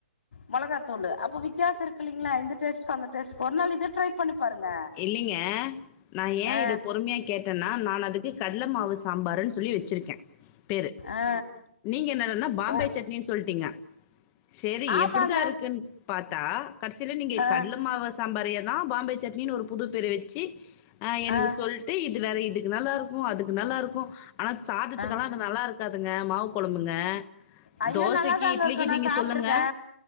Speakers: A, on the left (about 70°); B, on the left (about 30°).
A: மொளகாத்தூளு அப்ப வித்தியாச இருக்கு இல் இல்ல இந்த டேஸ்ட்க்கு அந்த டேஸ்ட்கு ஒரு நாள் இத ட்ரை பண்ணி பாருங்க
B: இல்லைங்க நா ஏ
A: ஆ
B: இத பொறுமையா கேட்டேன்னா நான் அதுக்கு கட் கல்ல மாவு சாம்பருன் சொல்லி வச்சுருக்கே பேரு
A: ஆ
B: நீங்க என்னடனா பாம்பே
A: ஓ
B: சட்னின்னு சொல்லிட்டீங்க செரி
A: ஆமாங்க
B: எப்படிதா இருக்குன் பாத்தா கடசில நீங்க
A: ஆ
B: கடல மாவ சாம்பாரே தா பாம்பே னினு ஒரு புதுப்பேர வச்சு ஆஹ் எனக்கு
A: ஆ
B: சொல்ட்டு இது வேற இதுக்கு நல்லா இருக் கு அதுக்கு நல்லாருக்கு ஆனா சாதத்துக்கல்லா
A: ஆ
B: அது நல்லாருக்காது காதுங்க மாவு கொழம்புங்க
A: ஐயோ
B: தோசைக்கு
A: நல்லாதாங்க
B: இட்லிக்கு
A: இருக்கு நா
B: நீங்க
A: சாப்ட்ருக்கே
B: சொல்லுங்க